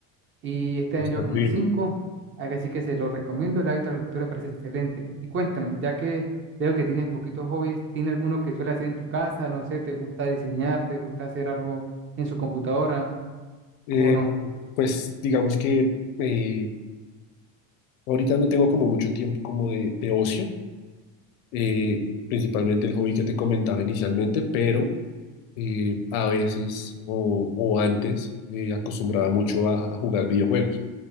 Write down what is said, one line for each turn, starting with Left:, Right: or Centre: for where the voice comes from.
Right: y este año
Left: Bastante
Right: llevo como
Left: bien.
Right: cinco así que se lo recomiendo, el hábito de la lectura me parece excelente. Y cuéntame, ya que veo que tienes poquitos hobbies, ¿tiene alguno que suele hacer en tu casa? No sé, ¿te gusta diseñar? ¿Te gusta hacer algo en su computadora
Left: Eh,
Right: o no?
Left: pues digamos que eh, ahorita no tengo como mucho tiempo como de, de ocio, eh, principalmente el hobby que te comentaba inicialmente, pero eh, a veces o, o antes eh, acostumbraba mucho a, a jugar videojuegos.